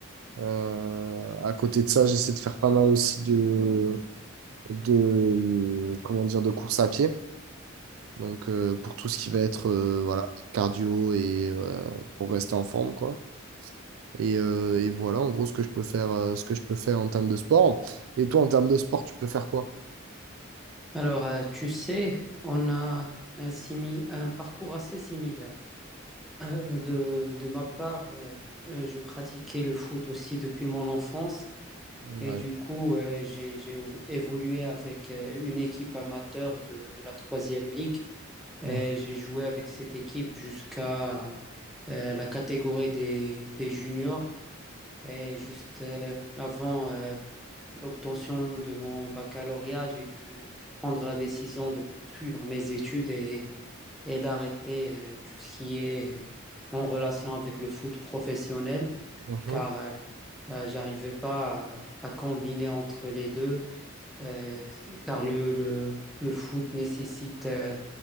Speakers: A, on the right; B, in the centre.
A: Euh, à côté de ça, j'essaie de faire pas mal aussi de, de comment dire, de course à pied. Donc euh, pour tout ce qui va être euh, voilà, cardio et euh, pour rester en forme, quoi. Et, euh, et voilà, en gros, ce que je peux faire, euh, ce que je peux faire en termes de sport. Et toi, en termes de sport, tu peux faire quoi?
B: Alors, euh, tu sais, on a un, simi- un parcours assez similaire. Euh, de, de ma part, euh, euh, je pratiquais le foot aussi depuis mon enfance
A: Ouais.
B: et du coup, euh, j'ai, j'ai ou- évolué avec euh, une équipe amateur de, de la troisième ligue. Et
A: Mhm.
B: J'ai joué avec cette équipe jusqu'à euh, la catégorie des, des juniors et juste euh, avant. euh, l'obtention de mon baccalauréat, j'ai dû prendre la décision de poursuivre mes études et, et d'arrêter euh, tout ce qui est euh, en relation avec le foot professionnel,
A: Mhm.
B: car euh, euh, j'arrivais pas à, à combiner entre les deux, euh, car le, le, le foot nécessite euh,